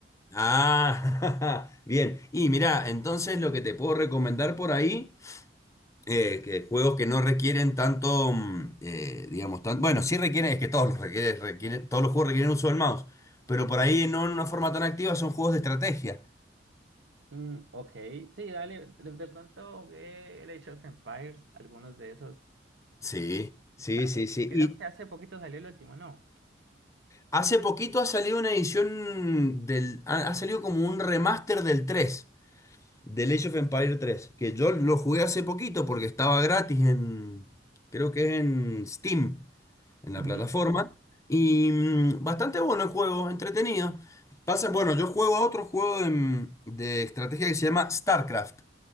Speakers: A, on the left; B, on the right.
A: Ah, <laughs> bien. Y mira, entonces lo que te puedo recomendar por ahí, eh, que juegos que no requieren tanto, mm, eh, digamos, tan- bueno, sí requieren, es que todos los requieren, requieren- todos los juegos requieren uso del mouse, pero por ahí no en una forma tan activa son juegos de estrategia.
B: Mm, ok, sí, dale. De, de pronto jugué el Age of Empires, algunos de esos.
A: Sí, sí,
B: Dale,
A: sí, sí.
B: creo
A: Y
B: que hace poquito salió el último, ¿no?
A: hace poquito ha salido una edición del, ha, ha salido como un remaster del 3, del Age of Empire tres, que yo lo jugué hace poquito porque estaba gratis en, creo que es en Steam. en la
B: Ujú.
A: plataforma. Y mm, bastante bueno el juego, entretenido. Pasa, bueno, yo juego a otro juego en- de estrategia que se llama StarCraft.